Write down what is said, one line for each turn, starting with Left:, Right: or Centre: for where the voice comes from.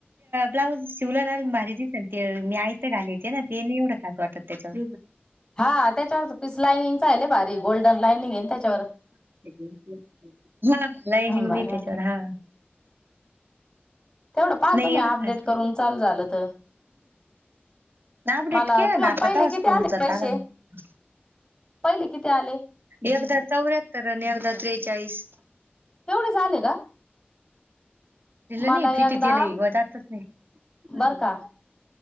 Right: ब्लाऊज शिवलं ना भारी दिसनते मी आईत घाली ते ना तेने एवढं खास वाटत त्याच्यावर
Left: हा त्याच्यावर पीस लाइनिंग आहे लय भारी गोल्डन लाइनिंग आहे त्याच्यावर
Right: हा लाईनिंग
Left: भारी
Right: बी
Left: वाटल
Right: त्याच्यावर हा
Left: तेवढं पहा
Right: नाही
Left: तुम्ही
Right: एवढं
Left: अपडेट
Right: ख
Left: करून चालू झालं तर
Right: ना अपडेट
Left: मला
Right: केलं
Left: तुम्हाला
Right: ना आता
Left: पहिले
Right: तस
Left: किती
Right: फोन
Left: आले
Right: उचलता
Left: पैसे
Right: आला ना
Left: पहिले किती आले
Right: एकदा चौऱ्याहत्तर आणि एकदा त्रेचाळीस
Left: तेवढे चाले का
Right: दिलं
Left: मला
Right: नाही फिटीतलेव
Left: एकदा
Right: जातच नाही
Left: बर का